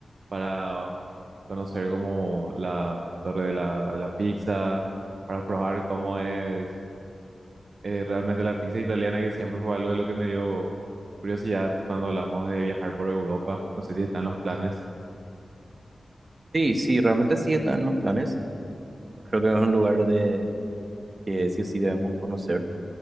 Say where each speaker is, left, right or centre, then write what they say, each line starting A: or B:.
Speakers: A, on the right; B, on the right.
A: para conocer como la torre de la, de la pizza, para probar cómo es eh, realmente la pizza italiana, que siempre fue algo de lo que me dio curiosidad cuando hablamos de viajar por Europa. No sé si están los planes.
B: Sí, sí, realmente sí está en los planes. Creo que es un lugar de que sí o sí debemos conocer,